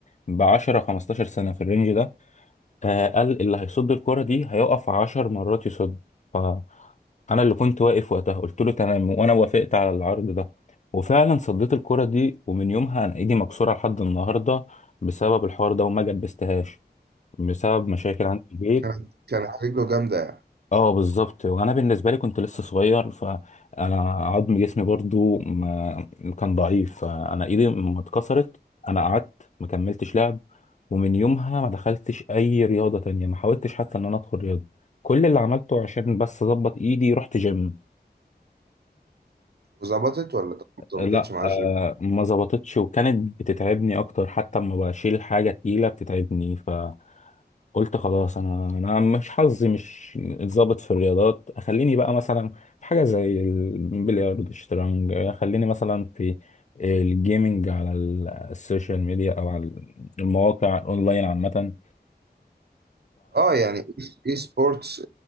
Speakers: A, on the left; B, on the right.
A: ب 10 15 سنه في الرينج ده آه قال اللي هيصد الكرة دي هيقف عشر مرات يصد ف أنا اللي كنت واقف وقتها قلت له تمام وأنا وافقت على العرض ده وفعلا صديت الكرة دي ومن يومها أنا إيدي مكسورة لحد النهاردة بسبب الحوار ده وما جبستهاش بسبب مشاكل عندي في البيت.
B: كانت كانت رجله جامده يعني
A: اه بالظبط وانا بالنسبه لي كنت لسه صغير فانا عظم جسمي برضو ما كان ضعيف فانا ايدي ما اتكسرت انا قعدت ما كملتش لعب ومن يومها ما دخلتش اي رياضه تانية ما حاولتش حتى ان انا ادخل رياضه كل اللي عملته عشان بس اظبط ايدي رحت جيم
B: وظبطت ولا ما ظبطتش
A: لا
B: مع
A: آه
B: الجيم؟
A: ما ظبطتش وكانت بتتعبني اكتر حتى لما بشيل حاجه تقيله بتتعبني فقلت خلاص انا انا مش حظي مش اتظبط في الرياضات خليني بقى مثلا في حاجه زي البلياردو الشطرنج خليني مثلا في الجيمنج على ال- السوشيال ميديا او على المواقع اونلاين عامه
B: اه يعني اي سبورتس